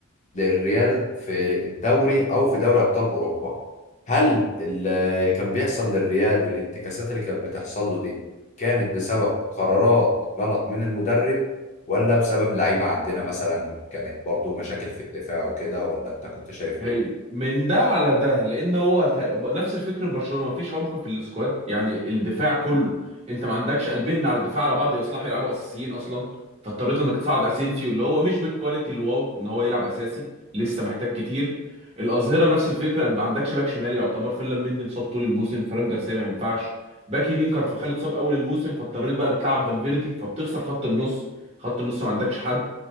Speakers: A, on the left; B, on the right.
A: للريال في الدوري او في دوري ابطال اوروبا هل اللي كان بيحصل للريال والانتكاسات اللي كانت بتحصل له دي كانت بسبب قرارات غلط من المدرب ولا بسبب اللعيبة عندنا مثلا كانت برضو مشاكل في الدفاع وكده ولا انت كنت شايف
B: هي
A: ايه
B: من ده على ده لان هو ت- نفس الفكر ببرشلونه مفيش عمق في السكواد يعني الدفاع كله انت ما عندكش قلبين على الدفاع على بعض يصلحوا يلعبوا اساسيين اصلا فاضطريت انك تصعد اسينسيو اللي هو مش بالكواليتي الواو ان هو يلعب اساسي لسه محتاج كتير الاظهره نفس الفكره ما عندكش باك شمال يعتبر فيلم مندي مصاب طول الموسم فران جارسيا ما ينفعش باك يمين كارفاخال اتصاب اول الموسم فاضطريت بقى بتلعب فالفيردي فبتخسر خط النص خط النص ما عندكش حد